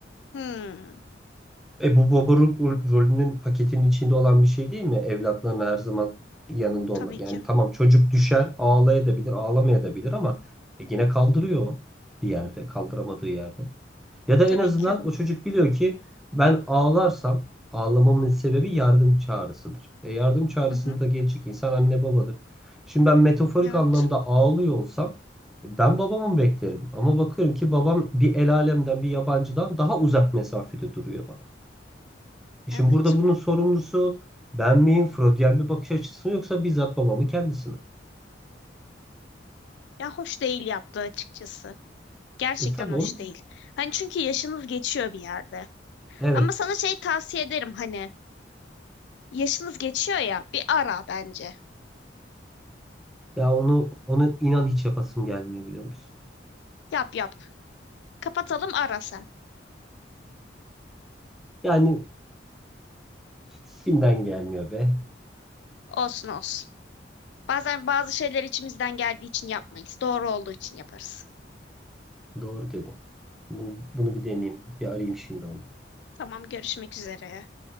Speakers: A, on the left; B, in the centre.
A: Hmm,
B: E bu baba ro- rolünün paketinin içinde olan bir şey değil mi? Evlatların her zaman yanında
A: tabii
B: olmak. Yani
A: ki.
B: tamam çocuk düşer, ağlayabilir, ağlamayabilir ama e, yine kaldırıyor o bir yerde, kaldıramadığı yerde. Ya da
A: Tabii
B: en azından
A: ki.
B: o çocuk biliyor ki ben ağlarsam ağlamamın sebebi yardım çağrısıdır. E yardım çağrısında
A: Hı hı.
B: da gelecek insan anne babadır. Şimdi ben metaforik
A: Evet.
B: anlamda ağlıyor olsam ben babamı beklerim. Ama bakıyorum ki babam bir el alemden bir yabancıdan daha uzak mesafede duruyor bana. E
A: Evet.
B: şimdi burada bunun sorumlusu ben miyim? Freudyen bir bakış açısı mı yoksa bizzat babamın kendisi mi?
A: Ya hoş değil yaptığı açıkçası. Gerçekten
B: E tabii
A: hoş
B: onu
A: değil. Hani çünkü yaşınız geçiyor bir yerde.
B: evet.
A: Ama sana şey tavsiye ederim hani yaşınız geçiyor ya bir ara bence.
B: Ya onu onu inan hiç yapasım gelmiyor biliyor musun?
A: Yap yap. Kapatalım ara sen.
B: Yani hiç içimden gelmiyor be.
A: Olsun olsun. Bazen bazı şeyler içimizden geldiği için yapmayız. Doğru olduğu için yaparız.
B: Doğru dedim. Bunu, bunu bir deneyeyim. Bir arayayım şimdi onu.
A: Tamam görüşmek üzere.